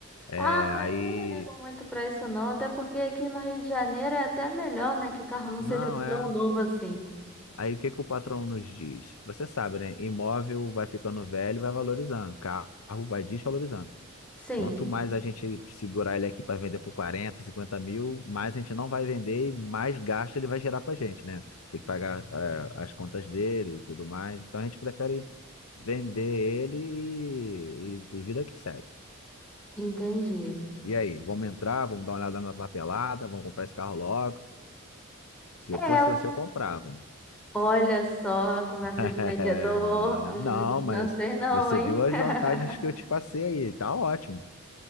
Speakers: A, on the left (about 85°); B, in the centre.
A: É,
B: Ah, mas
A: aí.
B: eu não ligo muito pra isso não, até porque aqui no Rio de Janeiro é até melhor, né, que o carro não
A: Não,
B: seja
A: é.
B: tão novo assim.
A: Aí o que que o patrão nos diz? Você sabe, né? Imóvel vai ficando velho, vai valorizando. Carro vai desvalorizando.
B: Sim,
A: Quanto mais a gente segurar ele aqui para vender por 40, 50 mil, mais a gente não vai vender e mais gasto ele vai gerar pra gente, né? Tem que pagar, é, as contas dele e tudo mais. Então a gente prefere vender ele e, e e vida que segue.
B: entendi.
A: E aí, vamos entrar, vamos dar uma olhada na papelada, vamos comprar esse carro logo. Se eu
B: É,
A: fosse você, eu comprava, hein?
B: olha só a conversa
A: <laughs>
B: de vendedor, hum,
A: Não, mas
B: não sei não,
A: você
B: hein?
A: viu as
B: <laughs>
A: vantagens que eu te passei aí, tá ótimo.